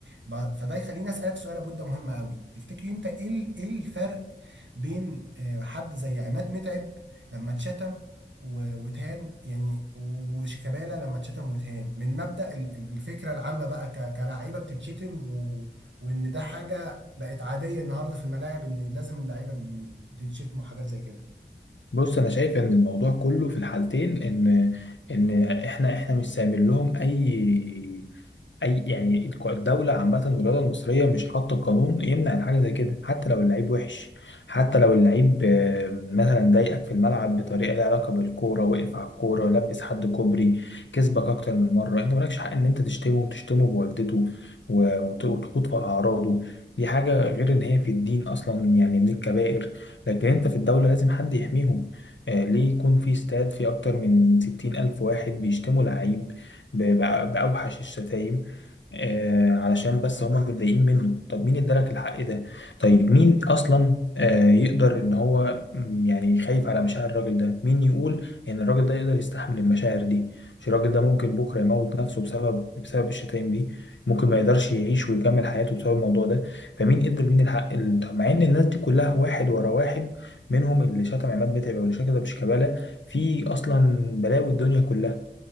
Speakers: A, on the right (about 80°); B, on the left (about 80°).
A: ب- فده يخليني اسالك سؤال ابو ده مهم قوي تفتكري انت ايه ال- ايه الفرق بين آه، حد زي عماد متعب لما اتشتم و- واتهان يعني وشيكابالا لما اتشتم واتهان من مبدأ ال- ال- الفكره العامه بقى ك- كلاعيبه بتتشتم و... وان ده حاجه بقت عاديه النهارده في الملاعب ان لازم اللعيبه بي- بتتشتم وحاجات زي كده
B: بص انا شايف ان الموضوع كله في الحالتين ان ان احنا احنا مش سامين لهم اي اي يعني الك- الدوله عامه والرياضه المصريه مش حاطه قانون يمنع عن حاجه زي كده حتى لو اللعيب وحش حتى لو اللعيب آه، مثلا ضايقك في الملعب بطريقه ليها علاقه بالكوره وقف على الكوره لبس حد كوبري كسبك اكتر من مره انت مالكش حق ان انت تشتمه وتشتمه بوالدته و- وت- وتخوض في اعراضه دي حاجه غير ان هي في الدين اصلا يعني من الكبائر لكن انت في الدوله لازم حد يحميهم آه، ليه يكون في استاد فيه اكتر من ستين الف واحد بيشتموا لعيب ب- بأوحش الشتايم آه علشان بس هما متضايقين منه طب مين ادالك الحق ده طيب مين اصلا آه يقدر ان هو م، يعني خايف على مشاعر الراجل ده مين يقول ان الراجل ده يقدر يستحمل المشاعر دي مش الراجل ده ممكن بكره يموت نفسه بسبب بسبب الشتايم دي ممكن ما يقدرش يعيش ويكمل حياته بسبب الموضوع ده فمين ادى مين الحق ال- طب مع ان الناس دي كلها واحد ورا واحد منهم اللي شتم عماد متعب واللي شتم شيكابالا في اصلا بلاوي الدنيا كلها